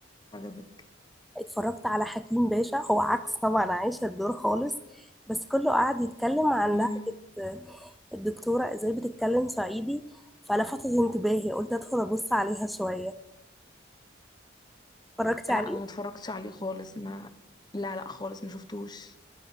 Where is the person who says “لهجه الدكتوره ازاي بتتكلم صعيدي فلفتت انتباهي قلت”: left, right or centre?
Centre